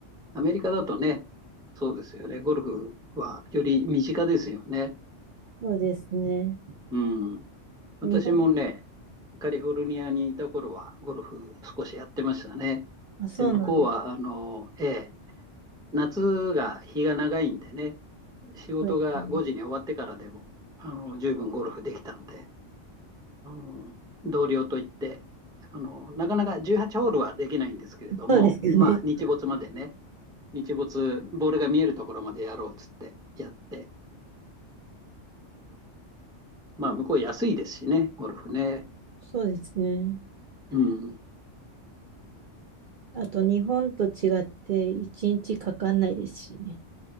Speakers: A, in the centre; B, on the right.
A: アメリカだとね、そうですよね。ゴルフはより身近ですよね。
B: そうですね。
A: うん。私もね、
B: 日本、
A: カリフォルニアにいた頃はゴルフ少しやってましたね。
B: あ、そうなんです。
A: で、向こうは、あの、ええ、夏が日が長いんでね、仕事が5時に終わってからでも、
B: そうですね。
A: あの、十分ゴルフできたんで、あの、同僚といって、あの、なかなか18ホールはできないんですけれども、
B: そうですよね。
A: まあ、日没までね、日没、ボールが見えるところまでやろうっつってやって、まあ、向こう安いですしね、ゴルフね。
B: そうですね。
A: うん。
B: あと、日本と違って、一日かかんないですしね。